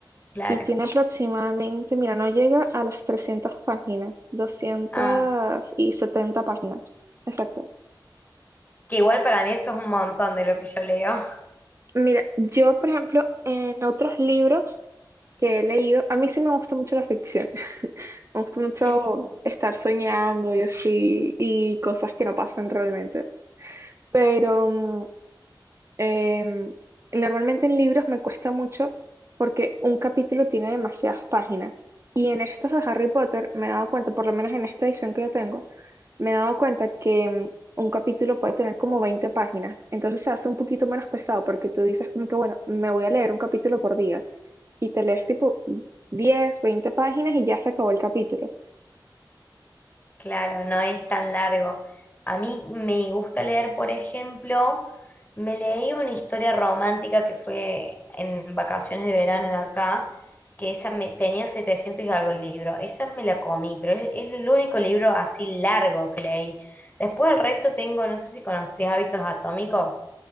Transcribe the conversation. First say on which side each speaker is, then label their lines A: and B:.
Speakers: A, on the left; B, on the right.
A: Claro.
B: y tiene aproximadamente, mira, no llega a las 300 páginas, doscientas
A: Ah,
B: setenta páginas, exacto.
A: que igual para mí eso es un montón de lo que yo leo. <laughs>
B: Mira, yo, por ejemplo, en otros libros que he leído, a mí sí me gusta mucho la ficción, <laughs> me gusta mucho
A: Qué lindo.
B: estar soñando y así, y cosas que no pasan realmente, pero... mm, Em, normalmente en libros me cuesta mucho porque un capítulo tiene demasiadas páginas. Y en estos de Harry Potter me he dado cuenta, por lo menos en esta edición que yo tengo, me he dado cuenta que em, un capítulo puede tener como 20 páginas. Entonces se hace un poquito menos pesado porque tú dices como que, bueno, me voy a leer un capítulo por día y te lees tipo 10 20 páginas y ya se acabó el capítulo.
A: Claro, no es tan largo. A mí me gusta leer, por ejemplo, me leí una historia romántica que fue en vacaciones de verano de acá, que esa me, tenía 700 y algo el libro. Esa me la comí, pero es, es el único libro así largo que leí. Después el resto tengo, no sé si conoces Hábitos Atómicos.